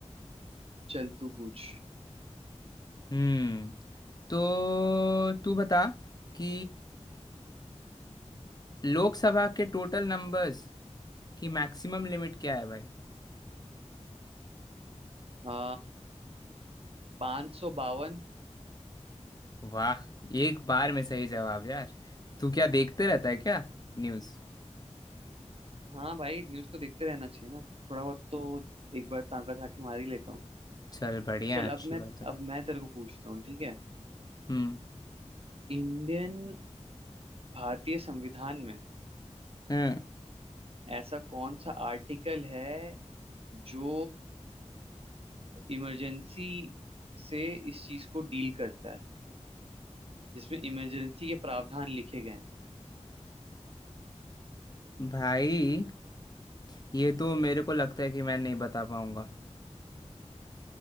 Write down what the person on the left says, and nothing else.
हम्म तो तू बता कि लोकसभा के टोटल नंबर्स की मैक्सिमम लिमिट क्या है भाई
वाह एक बार में सही जवाब यार तू क्या देखते रहता है क्या न्यूज़
चल बढ़िया
अच्छी
बात है
हम्म
हम्म,
भाई ये तो मेरे को लगता है कि मैं नहीं बता पाऊंगा